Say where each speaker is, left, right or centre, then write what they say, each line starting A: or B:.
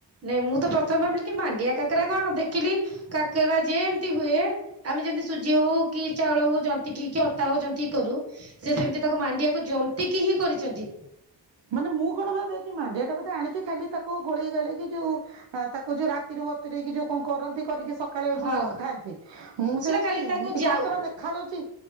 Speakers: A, on the right; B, on the right.
A: ନାଇଁ ମୁଁ ତ ପ୍ରଥମେ ଭାବିଲି କି ମାଣ୍ଡିଆ କାକରା କଣ ଦେଖିଲି କାକରା ଯେମତି ହୁଏ। ଆମେ ଯେମିତି ସୁଜି ହଉ କି ଚାଉଳ ହଉ ଜନ୍ତିକି କି ଅଟା ହଉ ଜନ୍ତିକି କରୁ। ସିଏ ସେମତି ତାକୁ ମାଣ୍ଡିଆକୁ ଜନ୍ତିକି ହିଁ କରିଛନ୍ତି।
B: ମାନେ ମୁଁ କଣ ଭାବେ କି ମାଣ୍ଡିଆ ଟା ବୋଧେ ଆଣିକି ଖାଲି ତାକୁ ଗୋଳେଇ ଗାଳେଇକି ଯୋଉ। ଆ ତାକୁ ଯୋଉ ରାତିରୁ ବତୁରେଇକି ଯୋଉ। କଁ କରନ୍ତି କରିକି ସକାଳେ ମୋ
A: ହଁ
B: ଶାଶୁ ଖାଆନ୍ତି। ମୁଁ
A: ସେଇଟା
B: ସେରାକ
A: ଖାଲି
B: ଏମିତି
A: ତାକୁ ଯାଉ
B: କଣ ସେରା ଦେଖା ଯାଉଛି?